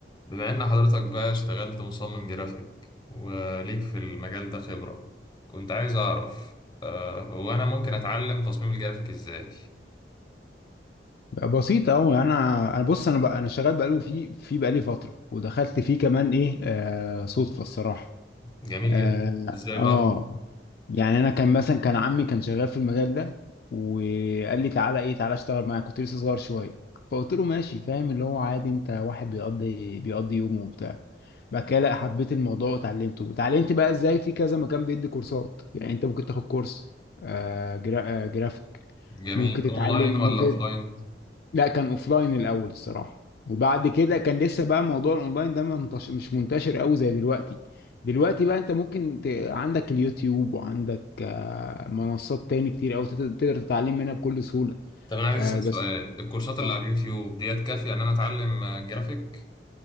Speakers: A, on the left; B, on the left.
A: بما ان حضرتك بقى اشتغلت مصمم جرافيك وليك في المجال ده خبرة كنت عايز اعرف آه، هو انا ممكن اتعلم تصميم الجرافيك ازاي
B: بسيطة أوي أنا أنا بص أنا بقى أنا شغال بقاله في في بقالي فترة ودخلت فيه كمان إيه آه صدفة الصراحة
A: جميل
B: آه,
A: جدا ازاي
B: آه
A: بقى
B: يعني أنا كان مثلا كان عمي كان شغال في المجال ده وقال لي تعالى إيه تعالى أشتغل معاك كنت لسه صغير شوية فقلت له ماشي فاهم اللي هو عادي أنت واحد بيقضي بيقضي يومه وبتاع بعد كده لا حبيت الموضوع وتعلمته وتعلمت بقى إزاي في كذا مكان بيدي كورسات يعني أنت ممكن تاخد كورس آه جرا آه جرافيك
A: جميل
B: ممكن تتعلم
A: اونلاين ولا
B: ممكن
A: اوفلاين
B: لا كان اوفلاين الاول الصراحه وبعد كده كان لسه بقى موضوع الاونلاين ده منتش... مش منتشر قوي زي دلوقتي دلوقتي بقى انت ممكن ت... عندك اليوتيوب وعندك آه، منصات تاني كتير قوي تقدر تقدر تتعلم منها بكل سهوله
A: طب انا عايز
B: آه،
A: اسال
B: بس
A: سؤال الكورسات اللي
B: آه،
A: على اليوتيوب ديت كافية ان انا اتعلم آه، جرافيك